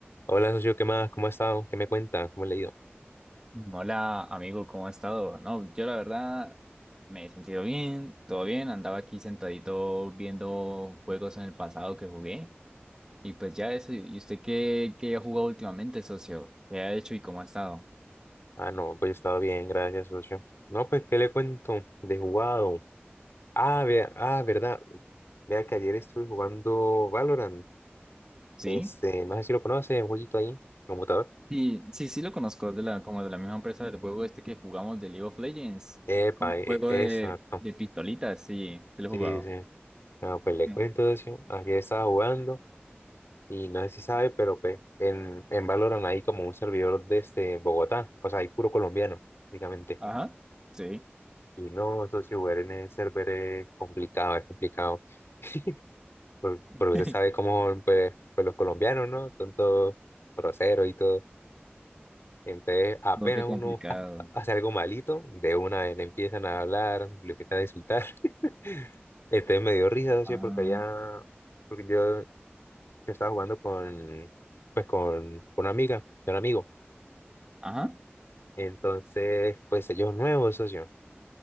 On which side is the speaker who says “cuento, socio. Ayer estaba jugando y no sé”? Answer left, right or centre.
Left